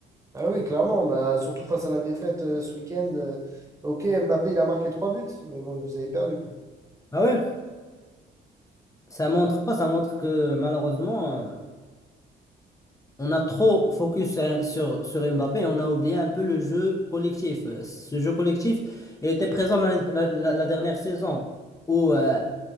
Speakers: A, on the right; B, on the left.
A: Ah oui, clairement, bah, surtout face à la défaite euh, ce week-end. euh, ok, Mbappé, il a marqué trois buts, mais bon, vous avez perdu, quoi.
B: Ah ouais. Ça montre quoi? Ça montre que malheureusement, euh, on a trop focus sur, sur, sur Mbappé et on a oublié un peu le jeu collectif. Euh, Ce jeu collectif, il était présent l'année- la, la- la dernière saison où euh,
A: Mhm.